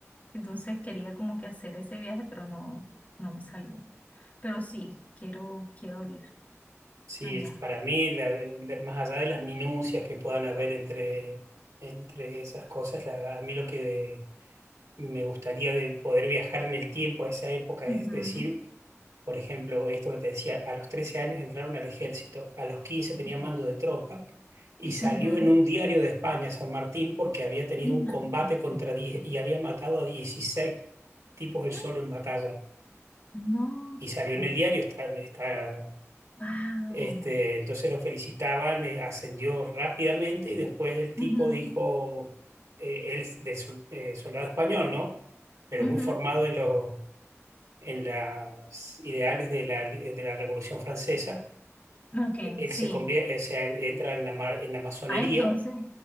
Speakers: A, on the left; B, on the right.
A: Entonces quería como que hacer ese viaje, pero no, no me salió. Pero sí, quiero, quiero ir
B: Sí,
A: allá.
B: es- para mí, la- la- más allá de las minucias que puedan haber entre, entre esas cosas, la- a mí lo que me gustaría de poder viajar en el tiempo a esa época
A: Ujú,
B: es decir, por ejemplo, esto que te decía, a los 13 años entraron al ejército, a los 15 tenía
A: Ok.
B: mando de tropa y salió
A: ujú.
B: en un diario de España, San Martín, porque había tenido
A: Imagínate.
B: un combate contra 10 y había matado a 16 tipos él
A: Mm,
B: solo en batalla.
A: No
B: Y
A: sé.
B: salió en el diario, está, está
A: Wow.
B: este, entonces lo felicitaban, eh, ascendió rápidamente y después el tipo
A: Ujú,
B: dijo, eh, él del sol- eh, soldado español, ¿no? Pero
A: ujú.
B: muy formado en los en las ideales de la, de la Revolución Francesa.
A: Ok,
B: Eh, Él
A: sí.
B: se convierte, entra en la, ma- en la masonería,
A: Ah, entonces,